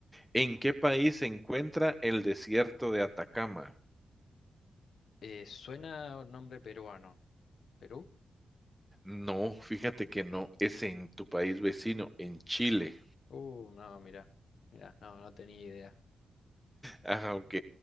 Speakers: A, in the centre; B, on the left.
A: ¿en qué país se encuentra el desierto de Atacama?
B: Eh, suena un nombre peruano. ¿Perú?
A: No, fíjate que no, es en tu país vecino, en Chile.
B: Uh, no, mira. Mira, no, no tenía idea.
A: Ah, ok,